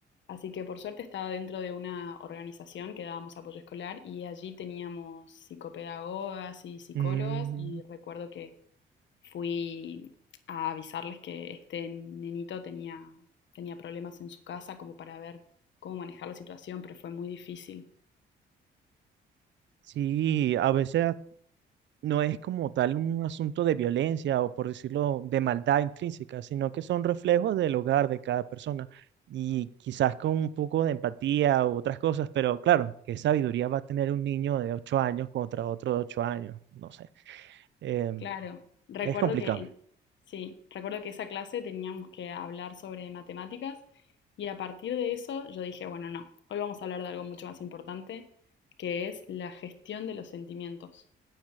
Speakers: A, on the left (about 70°); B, on the right (about 65°).
A: Así que por suerte estaba dentro de una organización que dábamos apoyo escolar y allí teníamos psicopedagogas y psicólogas
B: Mm,
A: y recuerdo que fui a avisarles que este nenito tenía, tenía problemas en su casa como para ver cómo manejar la situación, pero fue muy difícil.
B: sí, a veces. no es como tal un asunto de violencia o por decirlo de maldad intrínseca, sino que son reflejos del hogar de cada persona y quizás con un poco de empatía u otras cosas, pero claro, qué sabiduría va a tener un niño de 8 años contra otro de 8 años, no sé. Em,
A: Claro, recuerdo
B: es complicado.
A: que, en- sí, recuerdo que esa clase teníamos que hablar sobre matemáticas y a partir de eso yo dije, bueno, no, hoy vamos a hablar de algo mucho más importante, que es la gestión de los sentimientos.